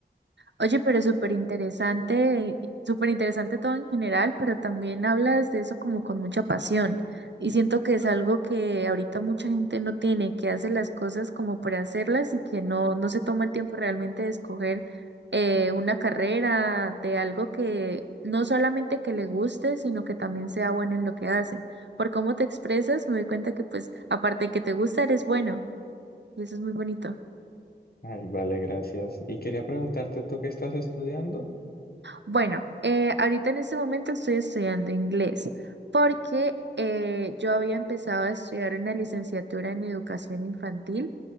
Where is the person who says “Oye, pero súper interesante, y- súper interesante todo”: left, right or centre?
Right